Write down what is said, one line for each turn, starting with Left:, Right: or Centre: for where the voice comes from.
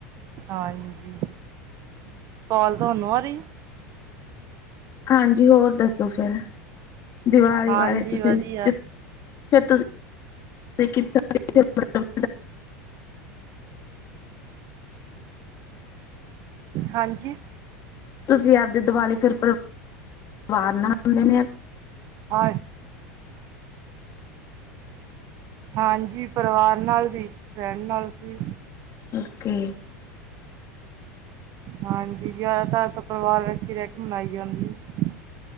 Right: ਹਾਂਜੀ, ਕਾੱਲ ਤੁਹਾਨੂੰ ਆ ਰਹੀ ਹੇ
Left: ਹਾਂਜੀ ਹੋਰ ਦੱਸੋ ਫਿਰ, ਦੀਵਾਲੀ
Right: ਹਾਂਜੀ
Left: ਬਾਰੇ ਤੁਸੀਂ
Right: ਵਧੀਆ
Left: ਜਿ ਫੇਰ ਤੁਸੀਂ, ਕੀਤਾ <unintelligible>
Right: ਹਾਂਜੀ।
Left: ਤੁਸੀਂ ਆਪਦੀ ਦੀਵਾਲੀ ਫਿਰ ਪਰ <inaudible> ਪਰਿਵਾਰ ਨਾਲ ਨੇ
Right: <unintelligible> ਹਾਂਜੀ ਪਰਿਵਾਰ ਨਾਲ ਵੀ, ਫਰੈਂਡ ਨਾਲ ਸੀ
Left: ਓਕੇ
Right: ਹਾਂਜੀ ਜ਼ਿਆਦਾਤਰ ਤਾਂ ਪਰਿਵਾਰ ਵਿੱਚ ਹੀ ਰਹਿ ਕੇ ਮਨਾਈ ਜਾਂਦੀ ਏ।